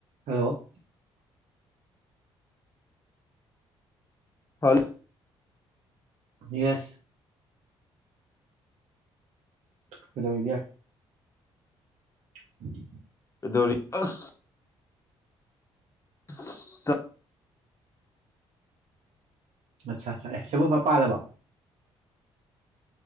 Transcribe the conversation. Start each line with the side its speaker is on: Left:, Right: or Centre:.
Right: ꯍꯜꯂꯣ
Left: ꯍꯜ
Right: ꯌꯦꯁ ꯀꯩꯗꯧꯔꯤꯒꯦ <inaudible>
Left: ꯀꯗꯧꯔꯤ ꯑꯁ ꯆꯠ
Right: ꯃꯆꯥ ꯆꯥꯛꯑꯦ ꯁꯦꯕꯣꯠ ꯐ ꯄꯥꯜꯂꯕꯣ